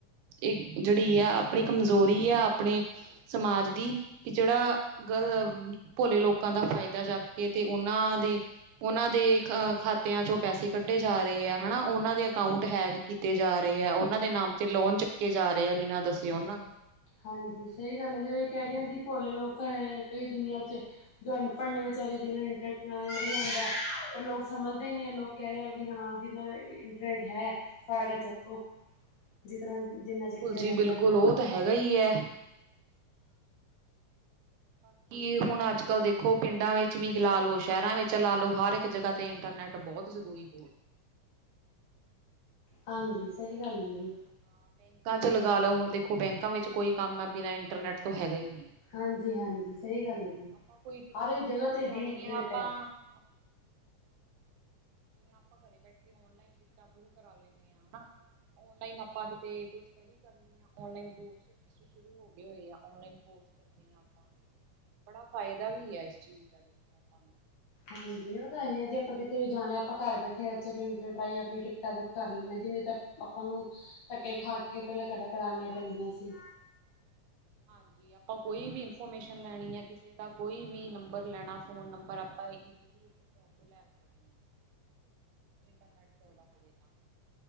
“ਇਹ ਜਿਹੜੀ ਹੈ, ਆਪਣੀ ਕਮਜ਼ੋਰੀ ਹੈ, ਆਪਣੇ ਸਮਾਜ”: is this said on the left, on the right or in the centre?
Right